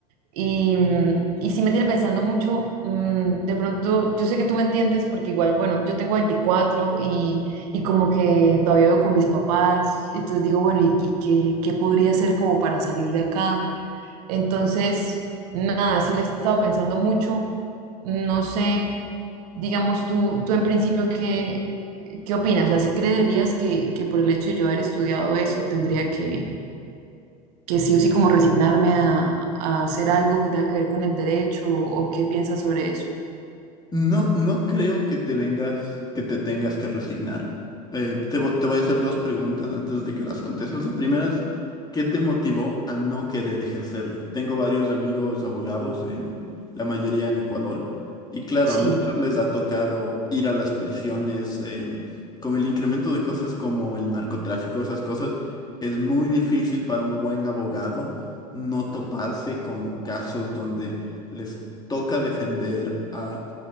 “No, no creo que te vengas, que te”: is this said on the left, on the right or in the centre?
Left